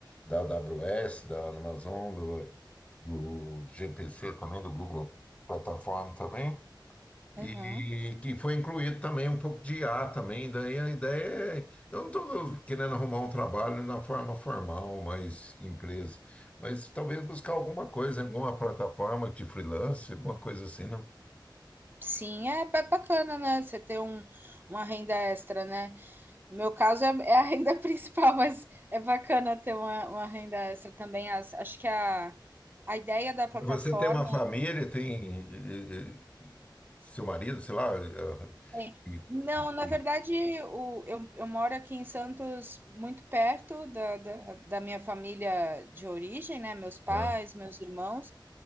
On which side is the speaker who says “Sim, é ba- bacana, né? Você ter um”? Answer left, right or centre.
Right